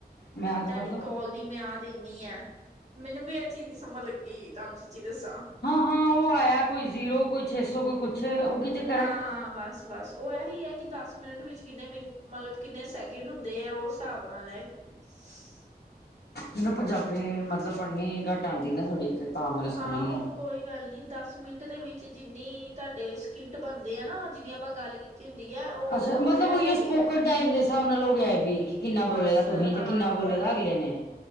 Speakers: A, on the left (about 70°); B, on the right (about 45°).
A: ਮਿਆਦ
B: ਕਿ ਤੁਹਾਡੀ
A: ਮਤਲਬ
B: ਕੋਲ਼। ਦੀ ਮੈਂ ਆਹ ਦਿੰਨੀ ਆ ਮੈਨੂੰ ਵੀ ਇਹ ਚੀਜ਼ ਦੀ ਸਮਝ ਲੱਗੀ ਤੁਹਾਨੂੰ ਸੱਚੀ ਦੱਸਾਂ।
A: ਹਾਂ ਹਾਂ ਉਹ ਆਇਆ ਕੋਈ ਜ਼ੀਰੋ ਕੋਈ ਛੇ ਸੌ ਕੋਈ ਕੁਛ ਉਹ। ਚੱਕਰ
B: ਹਾਂ
A: ਹੈ
B: ਹਾਂ ਬਸ। ਬਸ ਉਹ ਇਹੀ ਹੈ ਕਿ ਦਸ ਮਿੰਟ ਵਿੱਚ ਕਿੰਨੇ ਮਿੰਟ ਮਤਲਬ ਕਿੰਨੇ ਸੈਕਿੰਡ ਹੁੰਦੇ ਆ ਉਸ ਹਿਸਾਬ ਨਾਲ। ਸ।
A: ਮੈਨੂੰ ਪੰਜਾਬੀ ਮਤਲਬ ਪੜ੍ਹਨੀ ਘੱਟ ਆਉਂਦੀ ਨਾ ਥੋੜ੍ਹੀ। ਤਾਂ ਮੈਨੂੰ ਸਮਝ
B: ਹਾਂ
A: ਨਹੀਂ
B: ਉਹ।
A: ਆ
B: ਕੋਈ ਗੱਲ ਨਹੀਂ ਦਸ ਮਿੰਟ ਦੇ ਵਿੱਚ ਜਿੰਨੀ ਤੁਹਾਡੇ ਸਕਿੰਟ ਬਣਦੇ ਆ ਨਾ ਜਿੰਨੀ ਆਪਾਂ ਗੱਲ ਕੀਤੀ। ਜਿੰਦੀ ਹੈ ਉਹ
A: ਅੱਛਾ
B: ਉਹ
A: ਮਤਲਬ
B: ਐ
A: ਉਹੀ
B: ਹੋ ਗਏ
A: ਸਪੋਕਨ
B: ਹੈ।
A: ਟਾਈਮ ਦੇ ਹਿਸਾਬ ਨਾਲ ਗਿਆਏ ਬ ਕਿੰਨਾ ਬੋਲੇ
B: ਬਸ
A: ਦਾ ਤੁਸੀਂ ਤੇ
B: ਹਾਂ
A: ਕਿੰਨਾ ਬੋਲੇ
B: ਬਸ
A: ਦਾ ਅਗਲੇ ਨੇ।